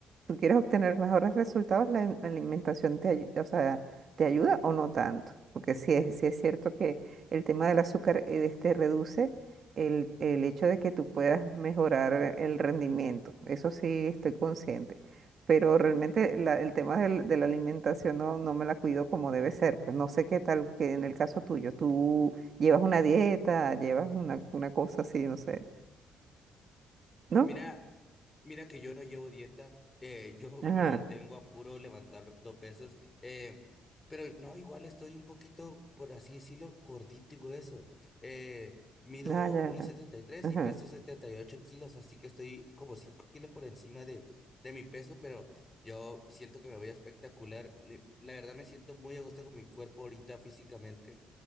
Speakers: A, on the right; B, on the left.
A: tú quieres obtener mejores resultados, la im- alimentación te, ayu- o sea, te ayuda o no tanto, porque sí es, sí es cierto que el tema del azúcar eh, este, reduce el, el hecho de que tú puedas mejorar el rendimiento, eso sí estoy consciente pero realmente la- el tema del- de la alimentación no, no me la cuido como debe ser. Pues no sé qué tal que en el caso tuyo, tú llevas una dieta, llevas una, una cosa así, no sé. ¿No?
B: Mira. Mira que yo no llevo dieta, eh, <laughs> yo
A: Ajá,
B: me mantengo a puro levantando pesas, eh, pero no, igual estoy un poquito, por así decirlo, gordito y grueso. Eh, mido
A: ah, ya,
B: uno coma setenta y tres
A: ajá.
B: y peso 78 kilos, así que estoy como 5 kilos por encima de, de mi peso, pero yo siento que me voy a espectacular. Ni- La verdad me siento muy a gusto con mi cuerpo ahorita físicamente.